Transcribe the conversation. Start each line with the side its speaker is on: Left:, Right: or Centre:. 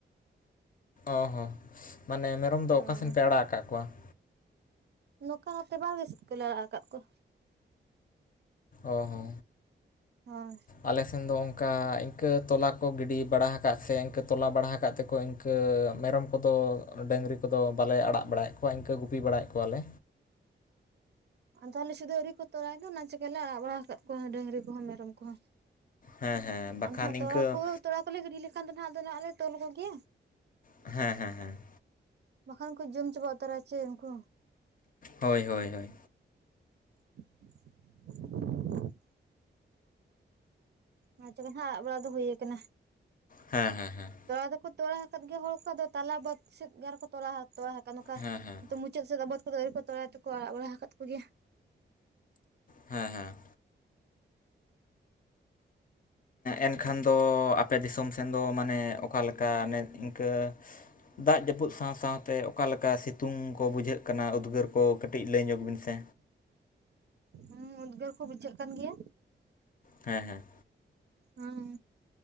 Left: ᱚ ᱦᱚᱸ ᱢᱟᱱᱮ ᱢᱮᱨᱚᱢ ᱫᱚ
Right: ᱦᱳᱭ
Left: ᱚᱠᱟᱥᱮᱱ ᱯᱮ ᱟᱲᱟᱜ ᱟᱠᱟᱫ ᱠᱚᱣᱟ ᱾
Right: ᱱᱚᱝᱠᱟᱹᱹᱹᱹᱹᱹᱹ <unintelligible> ᱥᱮᱫ ᱠᱚ ᱞᱟᱲᱟ ᱟᱠᱟᱫ ᱠᱚᱣᱟ
Left: ᱚ ᱦᱚ
Right: ᱦᱳᱭ
Left: ᱟᱞᱮᱥᱮᱱ ᱫᱚ ᱚᱱᱠᱟ ᱤᱱᱠᱟᱹ ᱛᱚᱞᱟ ᱠᱚ ᱜᱤᱰᱤ ᱵᱟᱲᱟ ᱟᱠᱟᱫ ᱥᱮ ᱤᱱᱠᱟᱹ ᱛᱚᱞᱟ ᱵᱟᱲᱟ ᱟᱠᱟᱫ ᱛᱮᱠᱚ ᱤᱱᱠᱟᱹ ᱤᱱᱠᱟᱹ ᱢᱮᱨᱚᱢ ᱠᱚᱫᱚ ᱰᱟᱹᱝᱨᱤ ᱠᱚᱫᱚ ᱵᱟᱞᱮ ᱟᱲᱟᱜ ᱵᱟᱲᱟᱭᱮᱫ ᱠᱚᱣᱟ ᱤᱱᱠᱟᱹ ᱜᱩᱯᱤ ᱵᱟᱲᱟᱭᱮᱫ ᱠᱚᱣᱟᱞᱮ
Right: ᱟᱫᱚ ᱟᱞᱮᱥᱮᱫ ᱫᱚ ᱟᱹᱣᱨᱤ ᱠᱚ ᱛᱚᱨᱟᱭ ᱫᱚ ᱚᱱᱟ ᱪᱤᱠᱟᱹᱞᱮ ᱟᱲᱟᱜ ᱵᱟᱲᱟ ᱟᱠᱟᱫ ᱠᱚᱣᱟ ᱰᱟᱝᱨᱤ ᱠᱚᱦᱚᱸ ᱢᱮᱨᱚᱢ ᱠᱚᱦᱚᱸ
Left: ᱦᱮᱸ ᱦᱮᱸ ᱵᱟᱠᱷᱟᱱ
Right: ᱟᱫᱚ ᱦᱟᱸᱜ
Left: ᱤᱱᱠᱟᱹ
Right: ᱛᱚᱲᱟ ᱠᱚ ᱛᱚᱲᱟ ᱠᱚᱞᱮ ᱜᱤᱰᱤ ᱞᱮᱠᱷᱟᱱ ᱫᱚ ᱦᱟᱸᱜ ᱟᱫᱚ ᱦᱟᱸᱜ ᱞᱮ ᱛᱚᱞ ᱠᱚᱜᱮᱭᱟ
Left: ᱦᱮᱸ ᱦᱮᱸ ᱦᱮᱸ
Right: ᱵᱟᱠᱷᱟᱱ ᱠᱚ ᱡᱚᱢ ᱪᱟᱵᱟ ᱩᱛᱟᱨᱟ ᱪᱮ ᱩᱱᱠᱩ
Left: ᱦᱳᱭ ᱦᱳᱭ ᱦᱳᱭ
Right: <unintelligible> ᱦᱮ ᱟᱪᱚᱜᱮ ᱦᱟᱜ ᱟᱲᱟᱜ ᱵᱟᱲᱟᱜ ᱫᱚ ᱦᱩᱭ ᱠᱟᱱᱟ
Left: ᱦᱮᱸ ᱦᱮᱸ ᱦᱮᱸ
Right: ᱛᱚᱲᱟ ᱫᱚᱠᱚ ᱛᱚᱨᱟ ᱟᱠᱟᱫ ᱜᱮᱭᱟ ᱦᱚᱲ ᱠᱚᱫᱚ ᱛᱟᱞᱟ ᱵᱟᱫ ᱥᱮᱫ ᱜᱟᱱ ᱨᱮᱠᱚ ᱛᱚᱞᱟ ᱦᱟᱠᱟᱜ ᱛᱚ ᱟᱠᱟᱫ ᱱᱚᱝᱠᱟᱹ <unintelligible>
Left: ᱦᱮᱸ ᱦᱮᱸ
Right: ᱢᱩᱪᱟᱹᱫ ᱥᱮᱫ ᱵᱟᱛ ᱠᱚᱫᱚ ᱟᱣᱨᱤ ᱠᱚ ᱛᱚᱲᱟ ᱛᱮᱠᱚ ᱟᱲᱟᱜ ᱵᱟᱲᱟ ᱟᱠᱟᱫ ᱠᱚ ᱜᱮᱭᱟ
Left: ᱦᱮᱸ ᱦᱮᱸ ᱮᱱᱠᱷᱟᱱ ᱫᱚ ᱟᱯᱮ ᱫᱤᱥᱚᱢ ᱥᱮᱱ ᱫᱚ ᱢᱟᱱᱮ ᱚᱠᱟ ᱞᱮᱠᱟ ᱤᱱᱠᱟᱹ ᱫᱟᱜ ᱡᱟᱹᱯᱩᱫ ᱥᱟᱶ ᱥᱟᱶ ᱛᱮ ᱚᱠᱟᱞᱮᱠᱟ ᱥᱤᱛᱩᱝ ᱠᱚ ᱵᱩᱡᱷᱟᱹᱜ ᱠᱟᱱᱟ ᱩᱫᱽᱜᱟᱹᱨ ᱠᱚ ᱠᱟᱹᱴᱤᱡ ᱞᱟᱹᱭ ᱧᱚᱜᱽ ᱵᱤᱱ ᱥᱮ
Right: ᱦᱮᱸ ᱩᱫᱽᱜᱟᱹᱨ ᱠᱚ ᱵᱩᱡᱷᱟᱹᱜ ᱠᱟᱱ ᱜᱮᱭᱟ
Left: ᱦᱮᱸ ᱦᱮᱸ
Right: ᱦᱩᱸ